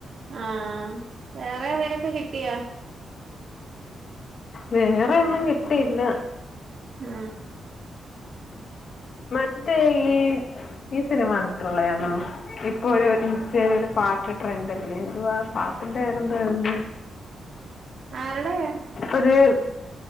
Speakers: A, on the right; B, on the left.
A: ആ വേറെ ഏതേലൊക്കെ കിട്ടിയൊ?
B: വേറെ ഒന്നും കിട്ടിയില്ല.
A: ഹാ
B: മറ്റേ ഈ ഈ സിനിമ കണ്ട്ട്ടുള്ളയാണോ? ഇപ്പൊ ഒരു ഇൻസ്റ്റേൽ ഒരു പാട്ട് ട്രെൻഡല്ലേ എന്തുവ പാട്ടിന്റെ പേരെന്തുവാര്ന്ന്?
A: ആരുടെയാ
B: ഒര്